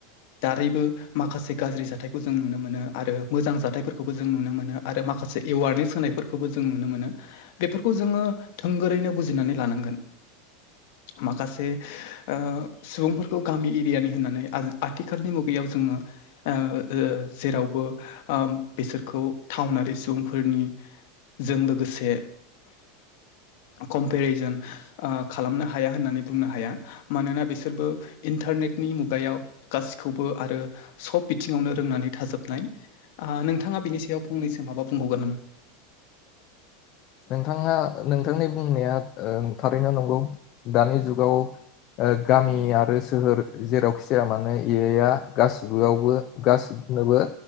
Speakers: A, on the left; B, on the left.
A: दारैबो माखासे गाज्रि जाथायखौ जों नुनो मोनो आरो मोजां जाथायफोरखौ जों नुनो मोनो आरो माखासे एवारनेस होनायफोरखौबो जों नुनो मोन। बेफोरखौ जोङो थोंगोरैनो बुजिनानै लानांगोन। माखासे ओ सुबुंफोरखौ गामि एरियानि होननानै आजि आथिखालनि मुगायाव जों ओ ओ ओ जेरावबो ओम बेसोरखौ थावनारि सुबुंफोरनिजों लोगोसे कमपेरिजोन ओ खालामनो हाया होननानै बुंनो हाया। मानोना बिसोरबो इन्टा टारनेटनि मुगायाव गासिखौबो आरो सब बिथिङावनो रोंनानै थाजोबनाय। आ नोंथाङा बिनि सायाव फंनैसो माबा बुंबावगोन नामा?
B: नोंथाङा नोंथांनि बुंनाया ओं थारैनो नंगौ। दानि जुगाव ओ गामि आरो सोहोर जेरावखि जाया मानो ए आइ आ गासिबोआवबो गासिबो नोबो